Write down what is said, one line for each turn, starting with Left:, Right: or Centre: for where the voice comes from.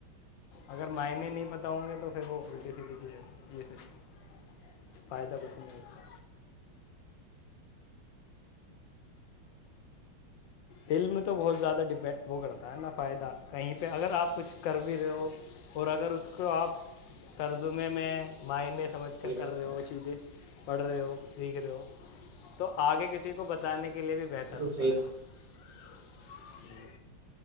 Left: اگر معنی نہیں بتا ہوں گے تو پھر ہوی س گ جیز ہے یہ سب فائدہ کچھ نہیں ہے اس کا دل میں تو بہت زیادہ ڈپینڈ وہ کرتا ہے نا فائدہ کہیں پہ اگر آپ کچھ کر بھی رہے ہو اور اگر اس کو آپ ترزمے میں معنے سمجھ
Right: ہے
Left: کر
Right: یہ
Left: کر
Right: بات
Left: رہے
Right: تو
Left: ہو
Right: ہے
Left: وہ چیزیں پڑھ رہے ہو سیکھ رہے ہو تو آگے کسی کو بتانے کی کے لیے بھی بہتر
Right: بالکل
Left: ہوتا
Right: صحیح
Left: ہے
Right: بات
Left: ہوں